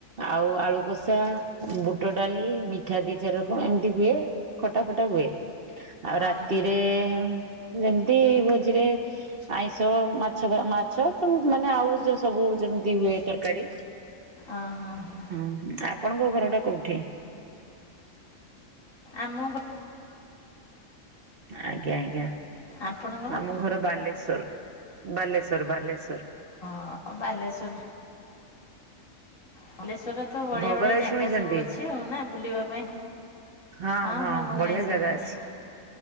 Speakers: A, on the right; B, on the left.
A: ଆଉ ଆଳୁ କଷା ବୁଟ ଡାଲି ମିଠା ଦି ଚାରି ରକମ ଏମିତି ହୁଏ। ଖଟା ଫଟା ହୁଏ, ଆଉ ରାତିରେ
B: ଓହୋ
A: ଯେମିତି ଭୋଜିରେ ଆଇଁଷ ମା ଛ ମାଛ ତ ମାନେ ଆଉ ଯୋଉ ସବୁ ଯେମିତି ହୁଏ ତରକାରୀ
B: ଅ-ହଁ-ହଁ।
A: ଉଁ ହୁଁ, ଆପଣଙ୍କ ଘରଟା କୋଉଠି?
B: ଆମ ଘ
A: ଆଜ୍ଞା-ଆଜ୍ଞା
B: ଆପଣଙ୍କର ଓହୋ
A: ଆମ ଘର ବାଲେଶ୍ଵର, ବାଲେଶ୍ଵର-ବାଲେଶ୍ଵର।
B: ଅ ହଁ ବାଲେଶ୍ୱର ବାଲେଶ୍ଵରରେ ତ ବଢିଆ-ବଢିଆ
A: ଭୋଗରାଇ
B: ଜାଗା
A: ଶୁଣିଛନ୍ତି?
B: ସବୁ ଅଛି ଆଉ ନା ବୁଲିବା ପାଇଁ?
A: ହଁ
B: ହଁ-ହଁ
A: ହଁ
B: ଭୋଗରାଇ
A: ବଢିଆ
B: ଶୁଣିଛି।
A: ଜାଗା ଅଛି।